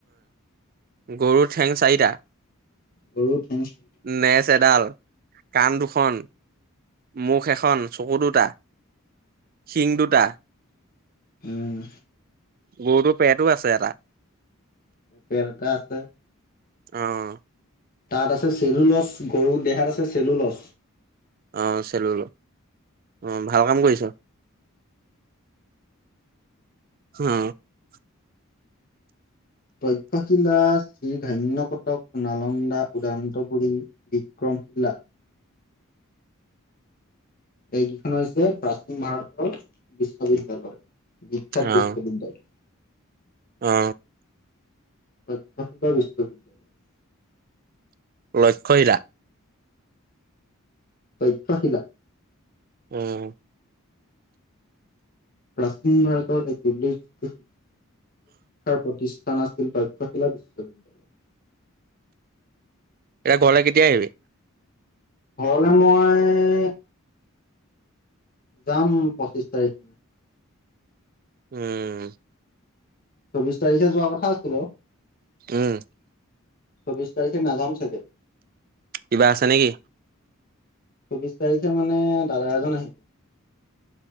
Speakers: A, on the right (about 45°); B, on the left (about 45°).
A: গৰু ঠেং চাৰিটা
B: <unintelligible>
A: নেছএডাল, কাণ দুখন, মুখ এখন, চকু দুটা, শিং দুট টা
B: উম,
A: গৰুটোৰ পেটও আছে এটা।
B: পেট এটা আছে।
A: অ',
B: তাত আছে চিল মচ চি গৰুৰ দেহাত আছে চেলু লছ
A: অ', চেলুলো অ, ভাল কাম কৰিছ। <unintelligible>
B: তক্ষশীলা, শ্ৰীধান্যকটক নাল লন্দা, উদান্তপুৰী বিক্ৰমশীলা এইকেইখন হৈছে প্ৰাচীন ভাৰতৰ বিশ্ববিদ্যালয়। বিখ্যাত
A: অ',
B: বিশ্ববিদ্যালয়।
A: অ।
B: <unintelligible>
A: লক্ষ্যহীৰা
B: তক্ষশীলা
A: উম।
B: প্ৰাচীন ভাৰতৰ এক উল্লেখযোগ্য <unintelligible> প্ৰতিষ্ঠ স্থান আছিল তক্ষশীলা বিশ্ববিদ্যালয়।
A: এ ঘৰলে কেতিয়া আহিবি?
B: ঘৰলে মই যাম পঁচিশ তাৰিখ।
A: উম।
B: চৌবিশ তাৰিখে যোৱা কথা লে
A: উম,
B: চৌব্বিছ তাৰিখে নাযাম চাগে। চৌব্বিছ
A: কিবা আছে নেকি?
B: তাৰিখে মানে দাদা এজন আহি-